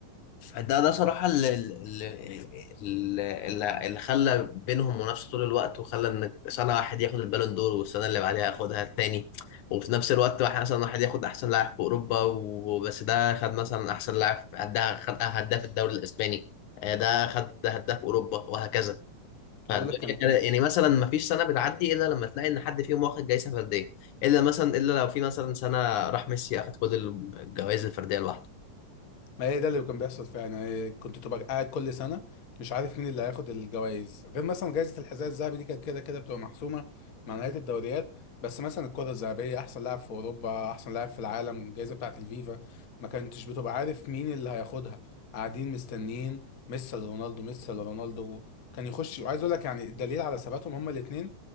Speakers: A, on the left; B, on the left.
A: فده ده صراحة اللي اللي اللي, اللي خلى بينهم منافسة طول الوقت وخلى ان سنة واحد ياخد البالون دور والسنة اللي بعدها ياخدها التاني وفي نفس الوقت واحد مثلا واحد ياخد احسن لاعب في اوروبا وبس ده خد مثلا احسن لاعب هداف خد هداف الدوري الاسباني آه، ده خد هداف اوروبا وهكذا فالدنيا
B: انا بقول لك كان
A: كده- يعني مثلا ما فيش سنة بتعدي الا لما تلاقي ان حد فيهم واخد جايزة فردية الا مثلا الا لو في مثلا سنة راح ميسي اخد كل الجوائز الفردية لوحده
B: ما هي ده اللي كان بيحصل فعلا يعني كنت تبقى قاعد كل سنه مش عارف مين اللي هياخد الجوائز غير مثلا جائزه الحذاء الذهبي دي كانت كده كده بتبقى محسومه مع نهايه الدوريات بس مثلا الكره الذهبيه احسن لاعب في اوروبا احسن لاعب في العالم الجائزه بتاعه الفيفا ما كنتش بتبقى عارف مين اللي هياخدها قاعدين مستنيين ميسي رونالدو ميسي رونالدو كان يخش وعايز اقول لك يعني الدليل على ثباتهم هما الاثنين